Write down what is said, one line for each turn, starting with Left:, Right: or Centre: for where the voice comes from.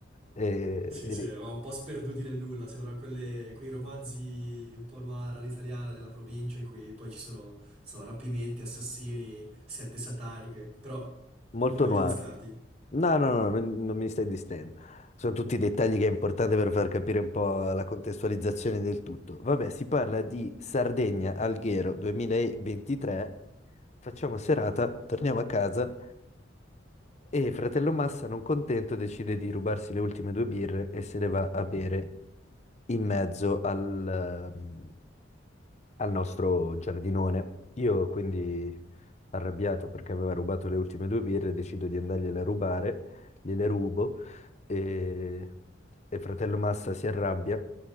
Left: E,
Right: Sì, sì, eravamo un po' sperduti nel nulla, sembrano quelle- quei romanzi un po' noir all'italiana della provincia in cui poi ci sono, so, rapimenti, assassini, sette sataniche, però
Left: Molto
Right: non voglio
Left: noir.
Right: distarti.
Left: No, no, no, non, non mi stai distraendo. Sono tutti dettagli che è importante per far capire un po' la contestualizzazione del tutto. Vabbè, si parla di Sardegna Alghero 2023. Facciamo serata, torniamo a casa e fratello Massa, non contento, decide di rubarsi le ultime due birre e se le va a bere in mezzo al, ehm, al nostro giardinone. Io quindi, arrabbiato perché aveva rubato le ultime due birre, decido di andargliele a rubare, gliele rubo e, e fratello Massa si arrabbia,